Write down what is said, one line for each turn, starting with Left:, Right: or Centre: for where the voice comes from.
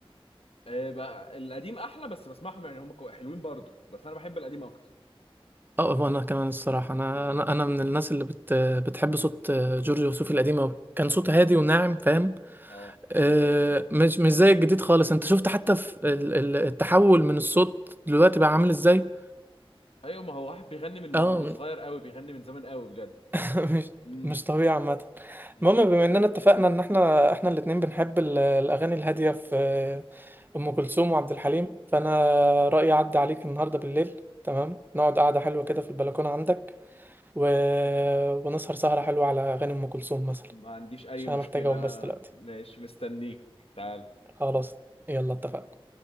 Left: <laughs> آه، بقى القديم احلى بس بسمعهم يعني هم كو- حلوين برضه بس انا بحب القديم اكتر
Right: اه وانا كمان الصراحه انا
Left: مم.
Right: انا انا من الناس اللي بت بتحب صوت جورج وسوف القديم أوي كان صوته هادي وناعم فاهم
Left: اه
Right: آه، مش مش زي الجديد خالص انت شفت حتى في ال- ال- التحول من الصوت دلوقتي بقى عامل ازاي
Left: ايوه ما هو واحد بيغني من
Right: اه
Left: هو صغير قوي بيغني من زمان قوي بجد
Right: <laughs> مش
Left: مم.
Right: مش طبيعي عامه
Left: مم.
Right: المهم بما اننا اتفقنا ان احنا احنا الاتنين بنحب ال- الاغاني الهاديه في ام كلثوم وعبد الحليم فانا رايي اعدي عليك النهارده بالليل تمام نقعد قعده حلوه كده في البلكونه عندك و... ونسهر سهرة حلوة على أغاني أم كلثوم مثلا
Left: ما عنديش اي
Right: عشان
Left: مشكلة
Right: أنا محتاج أقوم
Left: انا
Right: بس دلوقتي
Left: أنا- ماشي مستنيك تعال
Right: خلاص يلا اتفقنا